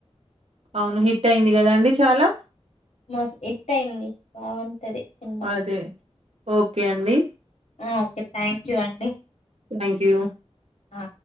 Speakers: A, on the right; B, on the left.
A: అవును హిట్ అయింది కదండి చాలా
B: మస్త్ హిట్ అయింది బాగుంటది సినిమా
A: అదే ఓకే అండి
B: ఓకే థ్యాంక్ యూ అండి
A: థ్యాంక్ యూ
B: ఆ